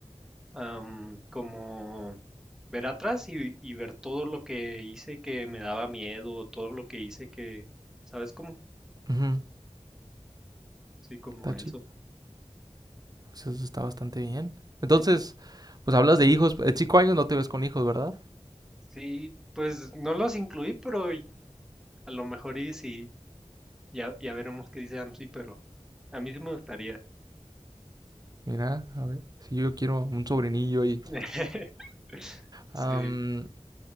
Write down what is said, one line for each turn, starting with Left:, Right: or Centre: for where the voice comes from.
Centre: am, como ver atrás y, y ver todo lo que hice que me daba miedo, todo lo que hice que, ¿sabes cómo?
Right: Ujú,
Centre: Sí, como
Right: Está
Centre: eso.
Right: chi- Eso está bastante bien. Entonces,
Centre: Y
Right: pues hablas de hijos. En cinco años no te ves con hijos, ¿verdad?
Centre: Sí, pues no los incluí, pero y- a lo mejor y sí, ya, ya veremos qué dice AMSI, pero a mí sí me gustaría.
Right: Mira, a ver, si yo quiero un sobrinillo y...
Centre: <laughs> Sí,
Right: am,